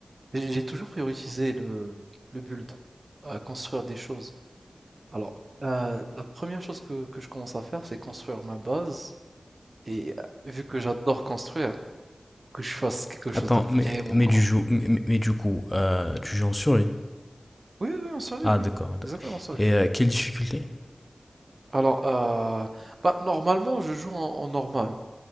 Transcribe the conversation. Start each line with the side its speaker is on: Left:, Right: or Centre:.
Right: J'ai j'ai toujours priorisé le, le build, à construire des choses. Alors, euh, la première chose que, que je commence à faire, c'est construire ma base. Et euh, vu que j'adore construire, que je fasse quelque chose
Left: Attends,
Right: de vraiment
Left: mais, mais,
Right: grand.
Left: du, jou- mais, mais- mais du coup, euh, tu joues en survie?
Right: Oui, oui, en série,
Left: Ah,
Right: oui.
Left: d'accord. d'accord.
Right: Exactement, en série.
Left: Et euh, quelle difficulté?
Right: Alors, euh, bah, normalement, je joue en, en normal.